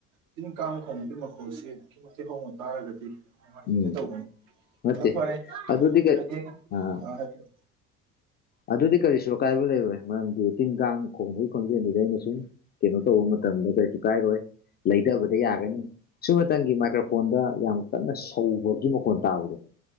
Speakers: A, on the right; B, on the left.
A: ꯇꯤꯟ ꯀꯥꯡ ꯊꯣꯡꯕꯒꯤ ꯃꯈꯣꯜꯁꯤ ꯑꯗꯨꯛꯀꯤ ꯃꯇꯤꯛ ꯍꯧꯅ ꯇꯥꯔꯒꯗꯤ ꯅꯨꯡꯉꯥꯏꯖꯗꯦ
B: ꯎꯝ
A: ꯇꯧꯕꯅꯤ
B: ꯅꯠꯇꯦ
A: ꯑꯗꯨꯣ ꯐꯔꯦ
B: ꯑꯗꯨꯗꯤ ꯀꯩ
A: ꯍꯥꯏꯕꯤꯌꯨ
B: ꯑꯥ
A: ꯑ ꯍꯥꯏꯕꯤꯌꯨ
B: ꯑꯗꯨꯗꯤ ꯀꯔꯤꯁꯨ ꯑꯀꯥꯏꯕ ꯂꯩꯔꯣꯏ ꯃꯔꯝꯗꯤ ꯇꯤꯟ ꯀꯥꯡ ꯈꯣꯡꯕꯒꯤ ꯈꯣꯟꯖꯦꯜꯗꯨꯗꯤ ꯑꯩꯅ ꯁꯨꯝ ꯀꯩꯅꯣ ꯇꯧꯕ ꯃꯇꯝꯗ ꯀꯔꯤꯁꯨ ꯀꯥꯏꯔꯣꯏ ꯂꯩꯊꯕꯗ ꯌꯥꯒꯅꯤ ꯁꯤꯨꯝꯃꯇꯪꯒꯤ ꯃꯥꯏꯀ꯭ꯔꯣꯐꯣꯟꯗ ꯌꯥꯝ ꯀꯟꯅ ꯁꯧꯕꯒꯤ ꯃꯈꯣꯟ ꯇꯥꯕꯗꯣ